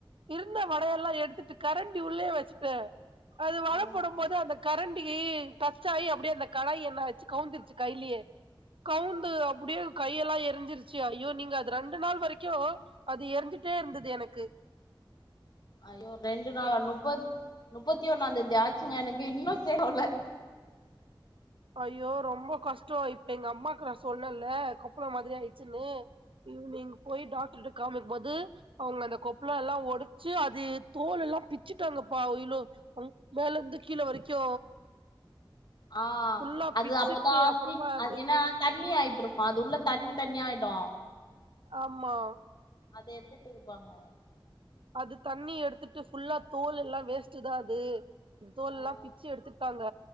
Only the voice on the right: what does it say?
இருந்த வடையெ எல்லாம் எடுத்துட்டு கரண்ட் டி உள்ளயே வச்சுட்டேன் அது வடைபோடும்
போது அந்த கரண்ட் அப்படியே கட்ஆயி அப்படியே அந்த கடாய் எண்ண வச்சு கவுந்துடுச்சு கையிலயே கவுந்து அப்படியே கையெல்லாம் எ ரிச்சு ஐயோ நீங்க அது ரெண்டு நாள் வரைக்கும் அது எருஞ்சட்டே இருந்தது எனக்கு
அய்யோ ரொம்ப கஷ்ட இப்ப எங்க அம்மாக்கு நா சொன்னன்ல பம் மாதிரி ஆயிச்சுன்னு ஈவினிங் போய் டாக்டர்ட்ட காமிங் பொது அவுங்க அத கொப்ளல்லாம் ஒடச்சு அது தோலெல்லா பிச்சுட்டாங்கப்பா இவ்ளோ மேலருந்து கீழ வரைக்கு
ஃபுல்லா
பிச்சுட்டு
அப்புறமா
அது
ஆமா
அது தண்ணி எடுத்துட்டு ஃபுல்லா தோல் எல்லா வேஸ்ட் தா அது அ தோல்
எல்லா பிச்சு எடுத்துட்டாங்க